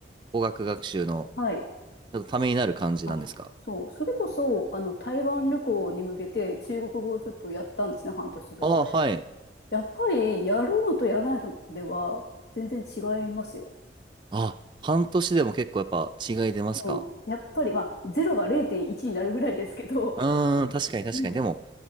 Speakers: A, on the right; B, on the left.
A: 語学学習の
B: はい。
A: ちょっとためになる感じなんですか
B: あ、そう、それこそ、あの、台湾旅行に向けて中国語をちょっとやったんですね、半年ぐらい。
A: ああー、はい。
B: やっぱりやるのとやらないのでは全然違いますよ。
A: あ、半年でも結構やっぱ違い出ますか
B: うん、やっぱり、まあ、0が0.1になるぐらいですけど、
A: うーん、確かに確かに。
B: うん、
A: でも、